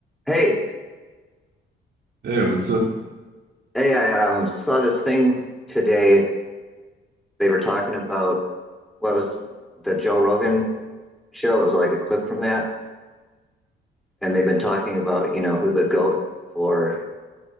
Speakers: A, in the centre; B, on the right.
A: Hey,
B: Hey, what's up?
A: hey, I um, saw this thing today. They were talking about what was the Joe Rogan show. It was like a clip from that, and they've been talking about, you know, who the GOAT for